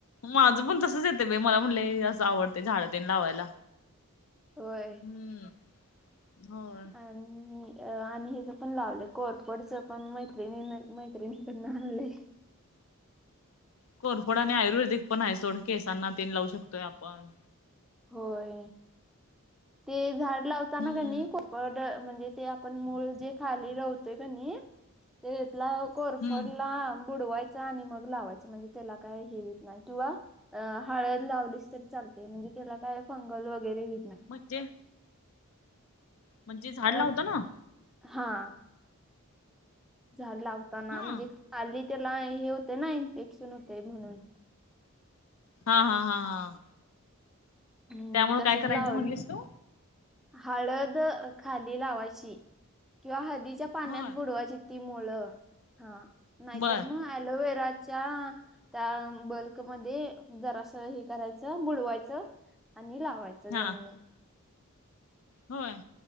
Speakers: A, on the left; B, in the centre.
A: माझं पण तसंच येते बाई मला पण लय असं आवडतय झाडंतेन लावायला
B: होय
A: हम्म होय
B: आणि आणि हिज पण लावले कोरपडच पण मैत्रिणी मैत्रिणीकडन आणलंय
A: कोरफोड आणि आयुर्वेदिक पण आहे सोड केसांना तेन लावू शकतोय आपण
B: होय ते झाड लावताना
A: हम्म
B: का नाही को पड म्हणजे ते आपण मूळ जे खाली राहतोय का नाही तेतला कोरफडला
A: हम्म.
B: बुडवायचा आणि मग लावायचा म्हणजे त्याला काय हेवीत नाही किंवा अ हळद लावलीच तरी चालते म्हणजे त्याला काय फंगल वगैरे होत नाही
A: म्हणजे म्हणजे झाड
B: अ
A: लावताना ना
B: हा झाला होताना
A: हा
B: म्हणजे खाली त्याला हे होतं ना इन्फेक्शन होतय म्हणून
A: हा हा हा हा
B: हम्म
A: त्यामुळे
B: मी तसंच
A: काय करायचं
B: लावले
A: म्हणलीस तू?
B: हळद खाली लावायची किंवा हळदीच्या पाण्यात
A: होय.
B: बुडवायची ती मुळ हा नाहीतर
A: बर
B: मग अलोवेराच्या त्या बल्कमध्ये जरास हे करायचं बुडवायचं आणि लावायचं
A: हा
B: जमिनीत
A: होय